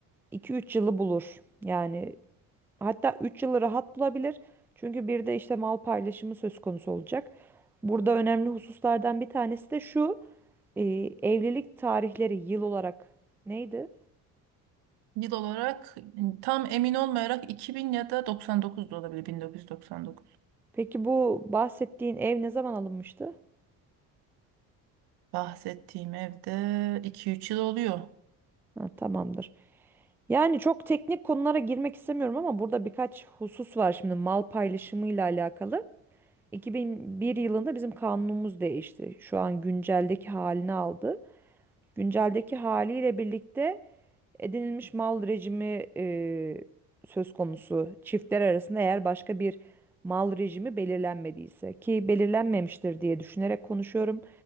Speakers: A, in the centre; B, on the right.
A: iki üç yılı bulur. Yani hatta üç yılı rahat bulabilir. Çünkü bir de işte mal paylaşımı söz konusu olacak. Burada önemli hususlardan bir tanesi de şu e, evlilik tarihleri yıl olarak neydi?
B: Yıl olarak tam emin olmayarak 2000 ya da 99 da olabilir 1999.
A: Peki bu bahsettiğin ev ne zaman alınmıştı?
B: Bahsettiğim evde 2-3 yıl oluyor.
A: Ha, tamamdır. Yani çok teknik konulara girmek istemiyorum ama burada birkaç husus var şimdi mal paylaşımıyla alakalı. 2001 yılında bizim kanunumuz değişti. Şu an günceldeki halini aldı. Günceldeki haliyle birlikte edinilmiş mal rejimi e, söz konusu çiftler arasında eğer başka bir mal rejimi belirlenmediyse ki belirlenmemiştir diye düşünerek konuşuyorum.